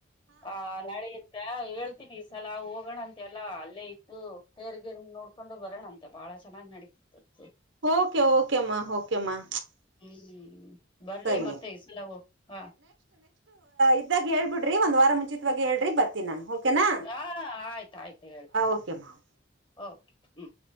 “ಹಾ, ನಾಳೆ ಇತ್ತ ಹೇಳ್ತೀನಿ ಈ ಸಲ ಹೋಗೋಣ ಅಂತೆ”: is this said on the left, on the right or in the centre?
Left